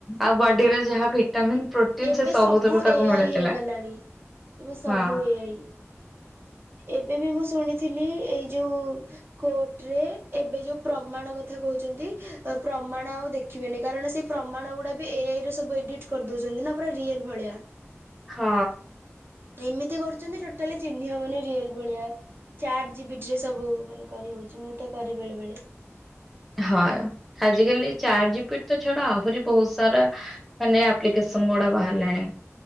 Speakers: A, in the centre; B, on the right.
A: ଆଉ ବଡିରେ ଯାହା ଭିଟାମିନ ପ୍ରୋଟିନ
B: ଏବେ
A: ସେ ସବୁଥିରୁ
B: ସବୁ
A: ତାକୁ
B: ଏ
A: ମିଳିଥିଲା
B: ଆଇ ହେଇଗଲାଣି, ଏବେ ସବୁ
A: ହଁ
B: ଏ ଆଇ। ଏବେ ବି ମୁଁ ଶୁଣିଥିଲି ଏଇ ଯୋଉ କୋର୍ଟରେ ଏବେ ଯେଉଁ ପ୍ରମାଣ କଥା କହୁଛନ୍ତି ଏ ପ୍ରମାଣ ଆଉ ଦେଖିବେନି କାରଣ ସେଇ ପ୍ରମାଣ ଗୁଡା ବି ଏ ଆଇରେ ସବୁ ଏଡିଟ୍ କରିଦଉଛ <unintelligible> ନା ପୁରା ରିଏଲ ଭଳିଆ।
A: ହଁ।
B: ଏମିତି କରୁଚନ୍ତି ଟୋଟାଲି ଚିହ୍ନି ହବନି ରିଅଲ୍ ଭଳିଆ। ଚାଟ୍ ଜିପିଟିରେ ସବୁ ମାନେ କରିହଉଚି, ମୁଁ ତ କରେ ବେଳେ ବେଳେ।
A: ହ। ହଁ ଆଜିକାଲି ଚାର ଜ ପି ତ ଛଡା ଆହୁରି ବହୁତ ସାରା ମାନେ ଆପ୍ଲିକେସନ ଗୋଟେ ବାହାରିଲାଣି।